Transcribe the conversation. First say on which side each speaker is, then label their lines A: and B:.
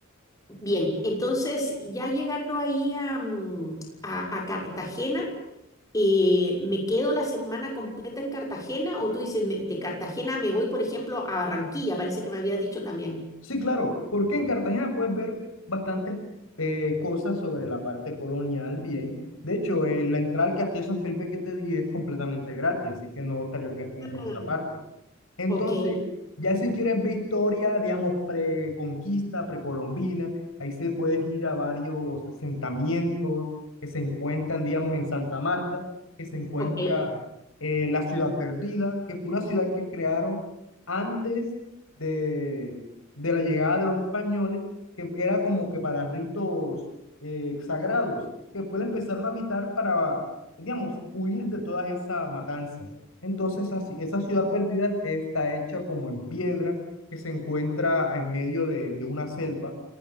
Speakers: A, on the left (about 15°); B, on the left (about 75°).
A: Bien, entonces ya llegando ahí a, mm, a- a Cartagena, eh, ¿me quedo la semana completa en Cartagena o tú dices, me- de Cartagena me voy, por ejemplo, a Barranquilla? Parece que me habías dicho también.
B: Sí, claro, porque en Cartagena puedes ver bastantes eh, cosas sobre la parte colonial, bien. De hecho, eh, la entrada al Castillo San Felipe que te di es completamente gratis, así que no estarías gastando en
A: Ah.
B: esa parte. Entonces,
A: Ok,
B: ya si quieres ver historia, digamos, preconquista, precolombina, ahí se puedes ir a varios asentamientos que se encuentran, digamos, en Santa Marta, que se encuentra
A: ok.
B: eh, la ciudad perdida, que fue una ciudad que crearon antes de, de la llegada de los españoles, que era como que para ritos eh, sagrados, que después la empezaron a habitar para, digamos, huir de todas esa matanza entonces, así- esa ciudad perdida está hecha como en piedra, que se encuentra en medio de, de una selva.